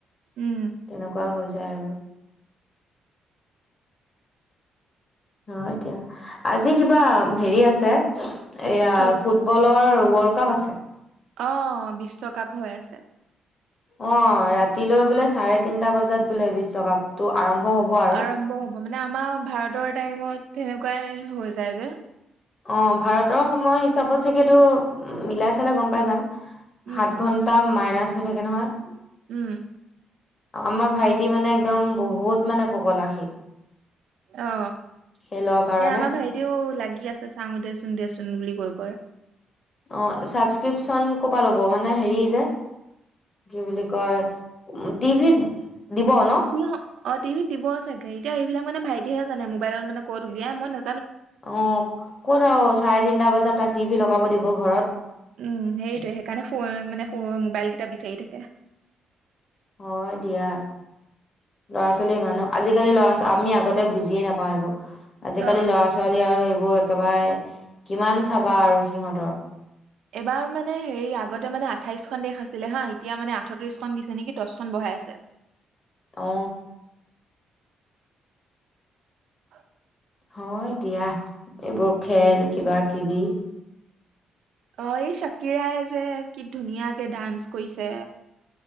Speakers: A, on the right; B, on the left.
A: উম
B: তেনেকুৱা হৈ যা য়াই আৰু অ এতিয়া আজি কিবা হেৰি আছে। এয়া
A: কি
B: ফুটবলৰ ৱৰ্ল্ড কাপ আছে।
A: অহ বিশ্বকাপ হৈ আছে।
B: অ ৰাতিলৈ বোলে চাৰে তিনটা বজাত বোলে বিশ্বকাপটো আৰম্ভ হ'ব আৰু।
A: আৰম্ভ হ'ব মানে আমাৰ ভাৰতৰ। টাইমত তেনেকোৱাই হৈ যায় যে।
B: অ ভাৰতৰ সময় হিচাপত চাগেতো মিলাই চালে গম পাই যাম।
A: উম
B: সাত ঘন্টা। মাইনাছ হৈ থাকে নহয়।
A: উম।
B: আমাৰ ভাইটি মানে একদম বহুত মানে পগলা সি
A: অ,
B: খেলৰ কাৰণে।
A: এ আমাৰ ভাইটিও লাগি আছে। চাঙো দেচোন, দেচোন বুলি কৈ কৈ।
B: অ ছাবচক্ৰিপচন ক'পা ল'ব? মানে হেৰি যে কি বুলি কয় টিভিত দিব ন।
A: সি অ টিভিত দিব চাগে এতিয়া এইবিলাক মানে ভাইটিয়েহে জানে মোবাইলত মানে কত উলিয়াই মই না।
B: অ ক'ত আৰু চাৰে তিনটা বজাত তাক টি ভি লগাব দিব ঘৰত?
A: উম সেইটোয়ে সেইকাৰণে ফ মানে ফ মানে মোবাইল কেইটা বিচাৰি থাকে
B: হয় দিয়া, লৰা ছোৱালী মানুহ আজিকালি ল'ৰা ছোৱালী আমি আগতে বুজিয়ে নাপাওঁ এইবোৰ। আজিকালি
A: অ
B: ল'ৰা ছোৱালী আৰু এইবোৰ একেবাৰে কিমান চাবা আৰু সিহঁতৰ
A: এবাৰ মানে হেৰি আগতে মানে আঠাইচখন দেশ আছিলে হা, এতিয়া মানে আঠত্ৰিচখন দিছে নেকি, দছ খন বহাই আছে।
B: অ।
A: <inaudible>
B: হয় দিয়া, এইবোৰ খেল কিবা কিবি।
A: অ, এই চকীৰাই যে কি ধুনীয়াকে ডান্স কৰিছে।